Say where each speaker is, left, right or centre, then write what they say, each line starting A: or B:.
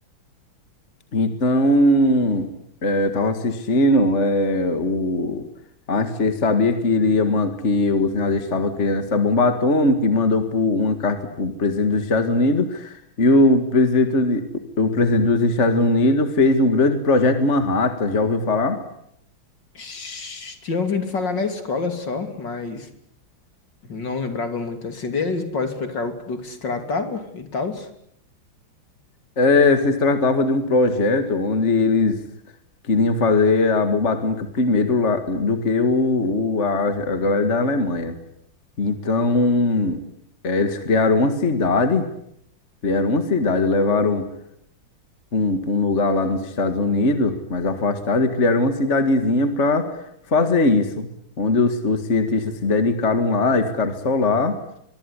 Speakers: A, on the left; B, on the left.
A: Então, eh, eu tava assistindo, eh, o Einstein sabia que ele ia man- que os nazistas estavam criando essa bomba atômica e mandou por uma carta para o presidente dos Estados Unidos e o presidente, de- o presidente dos Estados Unidos fez o grande projeto Manhattan, já ouviu falar?
B: Sh- Tinha ouvido falar na escola só, mas não lembrava muito assim deles. Pode explicar o- do que se tratava e tal?
A: É, se tratava de um projeto onde eles queriam fazer a bomba atômica primeiro lá do que o, o- a, a galera da Alemanha. Então, eh, eles criaram uma cidade, criaram uma cidade, levaram para um, pra um lugar lá nos Estados Unidos, mais afastado, e criaram uma cidadezinha para fazer isso, onde os, os cientistas se dedicaram lá e ficaram só lá.